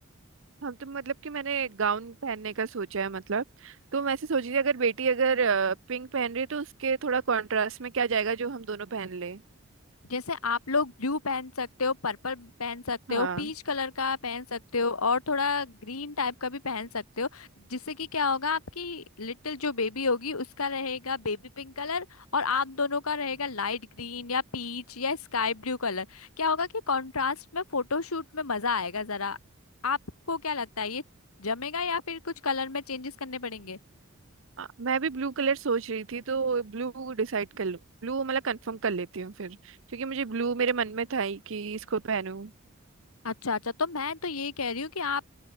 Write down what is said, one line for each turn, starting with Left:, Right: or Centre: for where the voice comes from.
Right: हम तो मतलब कि मैंने गाउन पहनने का सोचा है मतलब तो मैं ऐसे सोच रही थी अगर बेटी अगर पिंक पहन रही है तो उसके थोड़ा कॉन्ट्रास्ट में क्या जाएगा जो हम दोनों पहन ले
Left: जैसे आप लोग ब्लू पहन सकते हो पर्पल पहन सकते
Right: हाँ
Left: हो पीच कलर का पहन सकते हो और थोड़ा ग्रीन टाइप का भी पहन सकते हो जिससे कि क्या होगा आपकी लिटिल जो बेबी होगी उसका रहेगा बेबी पिंक कलर और आप दोनों का रहेगा लाइट ग्रीन या पीच या स्काई ब्लू कलर क्या होगा कि कॉन्ट्रास्ट में फोटोशूट में मजा आएगा जरा आपको क्या लगता है ये जमेगा या फिर कुछ कलर में चेंजेस करने पड़ेंगे
Right: आ, मैं भी ब्लू कलर सोच रही थी तो ब्लू डिसाइड कर लूँ ब्लू मतलब कंफर्म कर लेती हूँ फिर क्योंकि मुझे ब्लू मेरे मन में था ही कि इसको पहनूं
Left: अच्छा अच्छा तो मैं तो ये कह रही हूँ कि आप